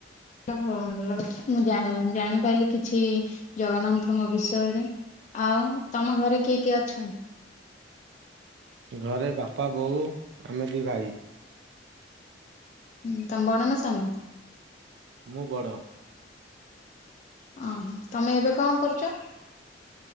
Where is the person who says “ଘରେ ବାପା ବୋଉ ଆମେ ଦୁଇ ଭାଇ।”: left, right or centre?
Right